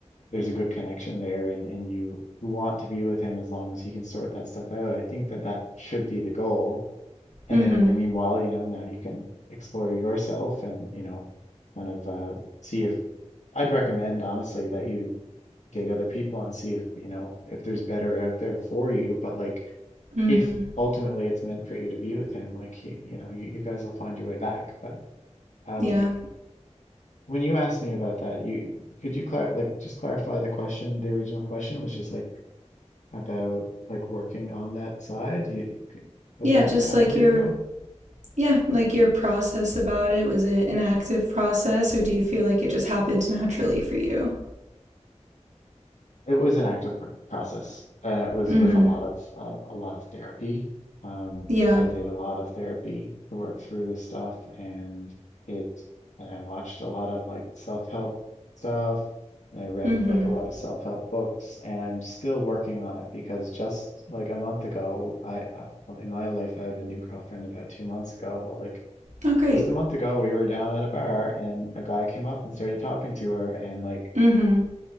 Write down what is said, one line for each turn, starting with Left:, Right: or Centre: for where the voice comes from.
Left: there's a good connection there and and you want to be with him as long as he can sort that stuff out i think that that should be the goal and
Right: Mhm.
Left: then in the meanwhile you know now you can explore yourself and you know kind of uh see if i'd recommend honestly that you date other people and see if you know if there's better out there for you but like
Right: Mhm.
Left: if ultimately it's meant for you to be with him like you, you know you, you guys will find your way back but um
Right: Yeah.
Left: when you asked me about that, you could you clar like just clarify the question? The original question was just like about like working on that side. You was
Right: Yeah,
Left: that
Right: just
Left: kind
Right: like
Left: of where
Right: your
Left: you're going?
Right: yeah, like your process about it was it an active process or do you feel like it just happened naturally for you?
Left: It was an active pr- process, and it was
Right: Mhm.
Left: with a lot of um, a lot of therapy. Um,
Right: Yeah.
Left: I did a lot of therapy to work through this stuff, and it and I watched a lot of like self-help stuff, and I read
Right: Mhm.
Left: like a lot of self-help books, and I'm still working on it because just like a month ago, I uh, well, in my life I have a new girlfriend about two months ago, but like
Right: Oh, great.
Left: just a month ago we were down at a bar and a guy came up and started talking to her, and like
Right: Mhm.